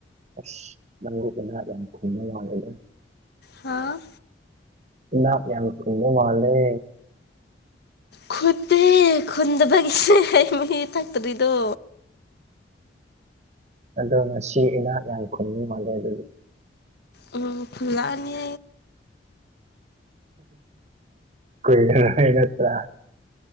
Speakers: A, on the right; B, on the left.
A: ꯑꯁ ꯅꯪꯒꯗꯅ ꯌꯥꯝ ꯈꯨꯝꯅ ꯃꯥꯂꯦꯗ
B: ꯍꯥꯥ
A: ꯏ ꯌꯥꯝ ꯀ ꯏꯅ ꯃꯥꯜꯂꯤ
B: ꯈꯠꯇꯦ ꯈꯨꯟꯕꯒꯤꯁꯦ ꯃ ꯊꯥꯛꯇꯔꯤꯗꯣ
A: ꯑꯗꯣ ꯉꯁꯤ ꯏꯅꯥꯠ ꯌꯥꯝ ꯈꯨꯟꯅꯤ ꯃꯥꯜꯂꯦ ꯑꯗꯨꯗꯤ
B: ꯎꯝ ꯐꯨꯂꯅꯤ
A: ꯀꯣꯏ ꯅꯠꯇ